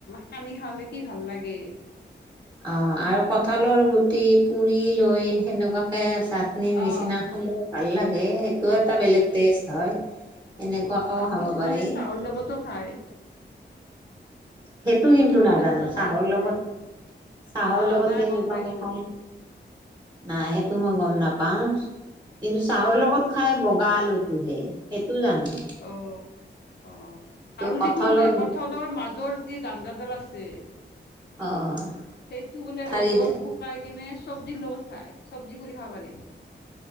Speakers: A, on the left (about 65°); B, on the right (about 20°).
A: সানি খালে কি ভাল লাগে!
B: অ'! আৰু কঁঠালৰ গুটি পুৰিলৈ, সেনেকুৱাকে চাট নি-নিচিনা
A: অ'।
B: খালে, ভাল লাগে। সেইটো,
A: ভাল
B: এটা
A: লাগে
B: বেলেগ টেষ্ট হয়।
A: অ'
B: এনেকুৱাকেও
A: আৰু
B: খাব
A: কিছুমানে,
B: পাৰি।
A: চাহৰ লগতো খায়।
B: সেইটো কিন্তু,
A: চাহৰ
B: নাজানোঁ।
A: লগতো খাই
B: চাহৰ
A: কিছুমানে
B: লগত চাহৰ
A: অ'
B: লগত
A: নাই
B: কেনেকুৱাকে
A: গম পাইছোঁ
B: খাই? নাই, সেইটো
A: অ'
B: মই গম নাপাওঁ।
A: পাইছোঁ।
B: কিন্তু, চাহৰ লগত খায়, বগা আলুটোহে। সেইটো জানোঁ।
A: অ'! অ'! আৰু
B: কঁঠালৰ
A: দেখোন, এ, কঁঠালৰ মাজৰ যি, দাণ্ডাডাল আছে।
B: অ',
A: সেইটো বোলে,
B: ঠাৰি
A: ৰ'দত শুকাই কিনে, চব্জিৰ লগত খাই, চব্জি কৰি খাব পাৰি।